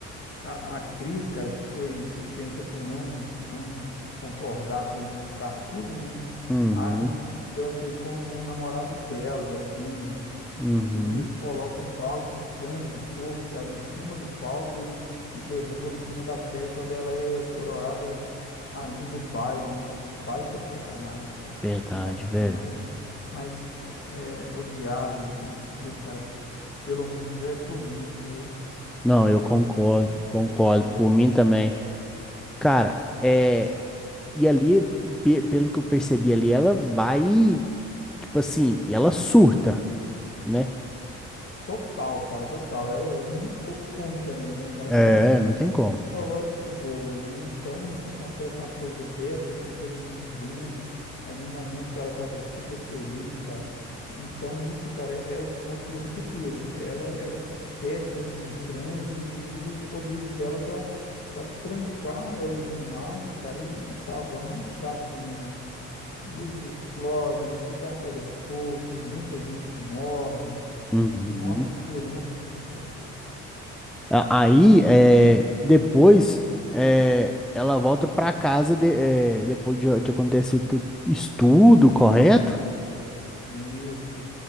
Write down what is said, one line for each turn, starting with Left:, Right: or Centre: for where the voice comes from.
Left: A, a Cris, cara, que foi suspensa por não, não concordar com o castigo, né?
Centre: Uhum.
Left: Arma essa vingança aí com o namorado dela, velho, o Billy.
Centre: Uhum.
Left: Eles colocam um balde de sangue de porco, cara, em cima do palco e, e derrubam em cima da Carrie quando ela é coroada rainha do baile, né? Baita sacanagem, cara.
Centre: Verdade,
Left: Uma das
Centre: velho.
Left: cenas mais, mais é, odiadas, assim, do filme, cara. Pelo menos é por mim, né? Eu,
Centre: Não,
Left: nossa,
Centre: eu concordo,
Left: muita
Centre: concordo.
Left: sacanagem.
Centre: Por mim também. Cara, é. E ali, pe- pelo que eu percebi ali, ela vai, tipo assim, e ela surta, né?
Left: Total, cara, total. É, e não tem como também, né, cara?
Centre: É,
Left: A menina já não
Centre: não
Left: é
Centre: tem como.
Left: psicológico boa, né? Então acontece uma coisa dessa com todo mundo vendo, é no momento que ela estava super feliz, cara. Então isso, cara, é, é o ponto de ruptura. Ela, ela se fecha ali num transe e usa os poderes dela para para trancar é o ginásio, cara, e, e causar um massacre, né? Luzes explodem, o lugar pega fogo, muita gente que morre,
Centre: Uhum.
Left: uma loucura, loucura, loucura.
Centre: A- Aí, é, depois, é, ela volta pra casa de- é, depois de, de acontecer tudo isso tudo, correto?
Left: Isso.